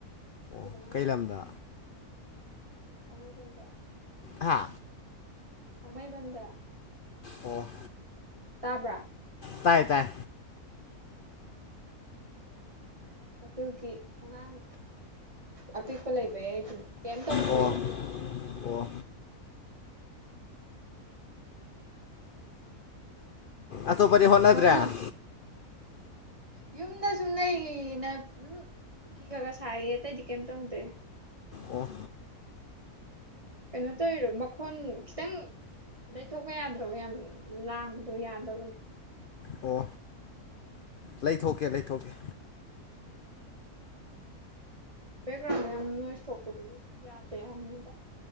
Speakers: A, on the left; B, on the right.
A: ꯑꯣ
B: ꯁꯨꯗ ꯉꯥꯏꯔꯤ
A: ꯀꯩ ꯂꯝꯗ
B: ꯊꯥꯡꯃꯩꯕꯟꯗ
A: ꯍꯥ
B: ꯊꯥꯡꯃꯩꯕꯟꯗ
A: ꯑꯣ
B: ꯇꯥꯕ꯭ꯔꯥ
A: ꯇꯥꯏ ꯇꯥꯏ
B: ꯑꯗꯨꯒꯤ ꯑꯉꯥꯡ ꯑꯄꯤꯛꯄ ꯂꯩꯕꯩ ꯑꯩꯗꯣ ꯀꯩꯝ ꯇꯧꯗ꯭ꯔꯦꯕ
A: ꯑꯣ ꯑꯣ ꯑꯇꯣꯞꯄꯗꯤ ꯍꯣꯠꯅꯗ꯭ꯔꯦ
B: ꯃꯀꯣꯟ
A: ꯑꯣ
B: ꯌꯨꯝꯗ ꯁꯨꯝ ꯂꯩꯅ ꯑꯗꯨꯝ ꯐꯤ ꯈꯔ ꯈꯔ ꯁꯥꯏꯌꯦ ꯑꯇꯩꯗꯤ ꯀꯩꯝ ꯇꯧꯗꯦ
A: ꯑꯣ
B: ꯀꯩꯅꯣ ꯇꯧꯔꯤꯔꯣ ꯃꯈꯣꯟ ꯈꯤꯇꯪ ꯂꯩꯊꯣꯛꯄ ꯌꯥꯝꯗ꯭ꯔꯕꯣ ꯌꯥꯝ ꯂꯥꯡꯕꯗꯣ ꯌꯥꯗꯕꯅꯦ
A: ꯑꯣ ꯂꯩꯊꯣꯛꯀꯦ ꯂꯩꯊꯣꯛꯀꯦ
B: ꯕꯦꯛꯒ꯭ꯔꯥꯎꯟꯗ ꯌꯥꯝ ꯅꯣꯏꯁ ꯊꯣꯛꯄꯗꯣ ꯌꯥꯗꯦ ꯍꯥꯏꯅꯤꯕ